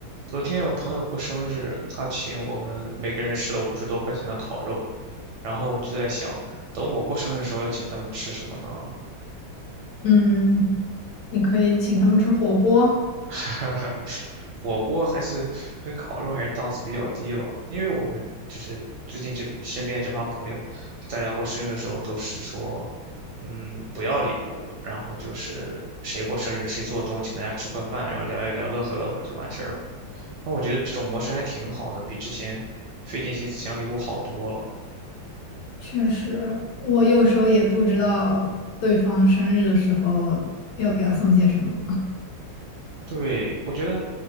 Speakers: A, on the right; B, on the left.
A: 昨天有朋友过生日，他请我们每个人吃了五十多块钱的烤肉，然后我就在想，等我过生日的时候要请他们吃什么呢？
B: 嗯，你可以请他们吃火锅。
A: <laughs> 火锅还是跟烤肉还是档次比较低了，因为我们就是最近这身边这帮朋友，就大家过生日的时候都是说，嗯，不要礼物，然后就是谁过生日谁做东，请大家吃块饭，然后聊一聊，乐呵乐呵就完事儿了。那我觉得这种模式还挺好的，比之前费尽心思想礼物好多了。
B: 确实，我有时候也不知道对方生日的时候要给他送些什么。<laughs>
A: 对，我觉得，